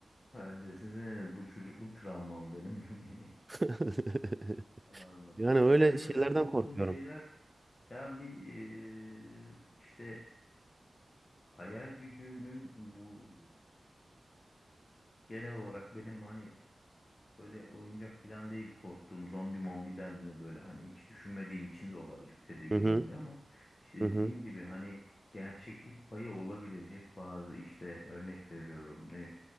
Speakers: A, on the left (about 50°); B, on the right (about 20°).
A: Ha, desene bu çocukluk travmam benim <laughs> beni.
B: <laughs>
A: Anladım.
B: Yani
A: Ya
B: öyle
A: benim öyle
B: şeylerden
A: korktuğum
B: korkuyorum.
A: şeyler yani bir eee, işte hayal gücünün bu genel olarak benim hani Böyle oyuncak falan değil korktuğum zombi mombiden de böyle hani hiç düşünmediğim için de olabilir tedirgin
B: Hı hı.
A: olmuyor ama işte
B: Hı hı.
A: dediğim gibi hani gerçeklik payı olabilecek bazı işte örnek veriyorum ne